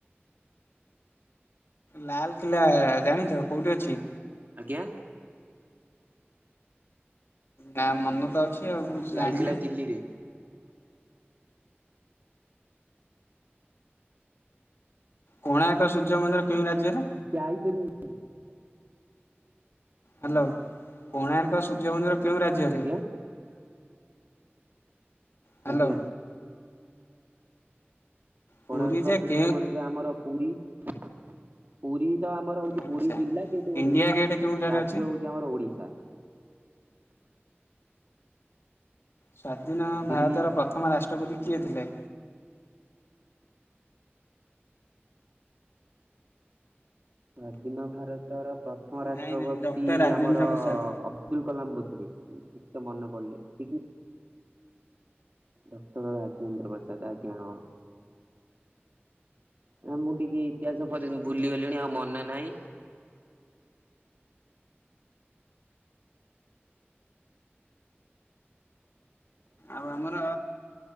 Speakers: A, on the left; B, on the right.
A: ଲାଲକିଲ୍ଲା ଜାଣିଛ କୋଉଠି ଅଛି?
B: ଆଜ୍ଞା।
A: ନା ମନେ ତ ଅଛି ଆଉ କହୁଚୁ
B: ଲାଲକିଲ୍ଲା
A: ଜାଣିନା।
B: ଦିଲ୍ଲୀରେ
A: କୋଣାର୍କ ସୂର୍ଯ୍ୟ ମନ୍ଦିର କେଉଁ ରାଜ୍ୟରେ?
B: ଯାଇପାରି। <unintelligible>
A: ହାଲୋ କୋଣାର୍କ ସୂର୍ଯ୍ୟ ମନ୍ଦିର କେଉଁ ରାଜ୍ୟରେ?
B: ଆଜ୍ଞା
A: ହ୍ୟାଲୋ।
B: ଆଜ୍ଞା। କୋଣାର୍କ
A: ପୁରୀ ଯେ
B: ସୂର୍ଯ୍ୟ
A: କେଉଁ
B: ମନ୍ଦିର ଆମର ପୁରୀ ପୁରୀ। ତ ଆମର ହଉଛି
A: ଓଡ଼ିଶା।
B: ପୁରୀ ଜିଲ୍ଲା କିନ୍ତୁ
A: ଇଣ୍ଡିଆ ଗେଟ୍ କେଉଁଠାରେ
B: ରାଜ୍ୟ
A: ଅଛି?
B: ହଉଛି ଆମର ଓଡିଶା।
A: ସ୍ଵାଧୀନ ଭାରତର
B: ଦିଲ୍ଲୀ
A: ପ୍ରଥମ ରାଷ ରାଷ୍ଟ୍ରପତି କିଏ ଥିଲେ?
B: ସ୍ଵାଧୀନ ଭାରତର। ପ୍ରଥମ ରାଷ୍ଟ୍ରପତି
A: ନାଇଁ ନାଇଁ ଡକ୍ଟର ରାଜେନ୍ଦ୍ର
B: ଆମର
A: ପ୍ରସାଦ।
B: ଅବଦୁଲ କଲାମ ବୋଧେ ମୁଁ ଠିକ୍ ସେ। ମନ ପଡୁନି ଠିକ। ଡକ୍ଟର ରାଜେନ୍ଦ୍ର ପ୍ରସାଦ ଆଜ୍ଞା ହଁ। ଆ ମୁଁ ଟିକେ ଇତିହାସ ପଢ଼ି ଭୁଲିଗଲିଣି ଆଉ ମନେ ନାହିଁ। <inaudible>
A: ଆଉ ଆମର